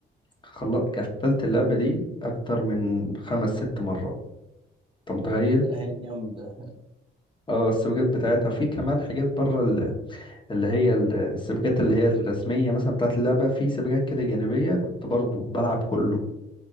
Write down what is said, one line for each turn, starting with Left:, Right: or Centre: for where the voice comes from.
Left: خل... قفلت اللعبة دي أكتر من خمس ست مرات أنت متخيل؟
Right: هي هي جامدة
Left: اه السباقات بتاعتها في كمان حاجات بره ال- اللي هي ال- السباقات اللي هي الرسمية مثلا بتاعت اللعبة في سباقات كده جانبية كنت برضو بلعب كله